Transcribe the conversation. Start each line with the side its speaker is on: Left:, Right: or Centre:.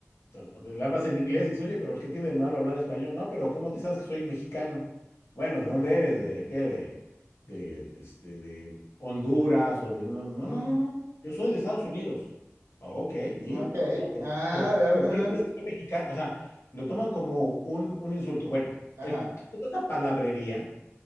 Left: o sea, le hablas en inglés y dices, oye, pero pues, ¿qué tiene de malo hablar español? No, pero ¿cómo dices que soy mexicano? Bueno, ¿de dónde eres? ¿De qué? ¿De, de, de, este, de Honduras o de... una- No,
Right: Ujú,
Left: no, no, no. Yo soy de Estados Unidos. Ah, ok, ¿y?
Right: Ok.
Left: No, pero,
Right: Ah,
Left: pero,
Right: veo.
Left: ¿por qué crees que
Right: <laughs>
Left: soy mexicano? O sea, lo toman como un, un insulto. Bueno,
Right: Ajá.
Left: el, toda esa palabrería